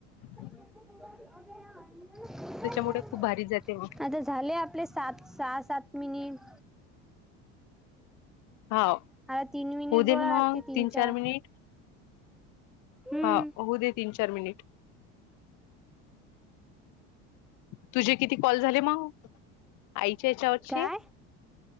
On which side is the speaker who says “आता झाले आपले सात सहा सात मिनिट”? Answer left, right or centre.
Centre